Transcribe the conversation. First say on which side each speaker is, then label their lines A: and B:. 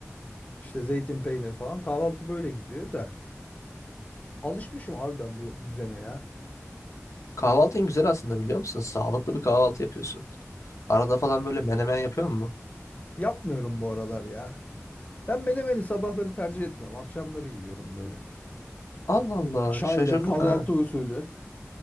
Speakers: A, on the left; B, on the left.
A: İşte zeytin peynir falan. Kahvaltı böyle gidiyor da. Alışmışım abi ben bu düzene ya.
B: Kahvaltın güzel aslında biliyor musun? Sağlıklı bir kahvaltı yapıyorsun. Arada falan böyle menemen yapıyor mu?
A: Yapmıyorum bu aralar ya. Ben menemeni sabahları tercih etmiyorum. Akşamları yiyorum böyle.
B: Allah Allah
A: Çayla
B: şaşırdım
A: kahvaltı
B: ha.
A: usulü.